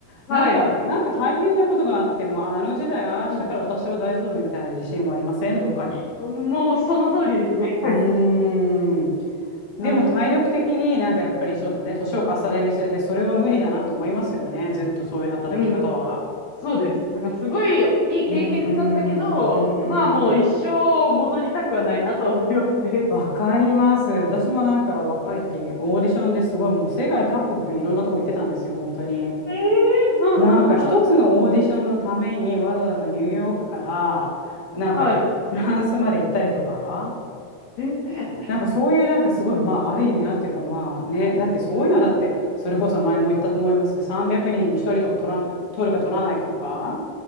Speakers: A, on the left; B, on the left.
A: はい。
B: なんか、なんか大変なことがあっても、ああの時代、ああしたから私は大丈夫みたいな自信はありませんどっかに。
A: うん。もうその通りですね。
B: うーん。
A: <laughs>
B: でも体力的になんかやっぱりちょっとね、
A: うん。
B: 年を重ねるにつれてそれは無理だなって思いますよね。
A: うん。
B: ずっとそういう働き方は。
A: うん。そうです。だからすごいいい経験だったけど、
B: うんうんうんうん。
A: まあもう一生戻りたくはないなとは思いますね。<laughs>
B: わかります。私もなんか若い時オーディションですごいもう世界各国いろんなとこ行ってたんですよ、本当に。
A: ええうんうんうん。
B: なんか一つのオーディションのためにわざわざニューヨークからなんかフランスまで行ったりとか。
A: はい。え、え、
B: なんかそういうなんかすごい、まあある意味なんていうかまあね、だってそういうのだって、それこそ前も言ったと思いますけど、300人に1人とりとか取らな、取るか取らないかとか、